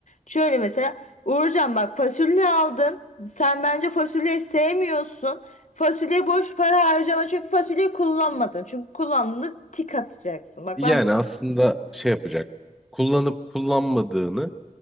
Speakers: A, on the left (about 60°); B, in the centre.
A: Şöyle mesela Uğurcan bak fasulye aldın. Sen bence fasulyeyi sevmiyorsun. Fasulye boş para harcama çünkü fasulyeyi kullanmadın. Çünkü kullandığında tik atacaksın. Bak
B: Yani
A: ben
B: aslında şey yapacak. Kullanıp kullanmadığını